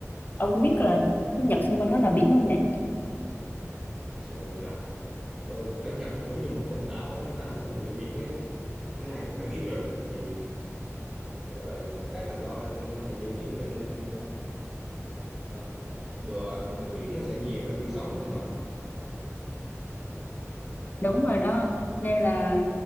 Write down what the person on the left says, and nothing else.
Ông có biết là nước Nhật xung quanh nó là biển không vậy?
Đúng rồi đó, nên là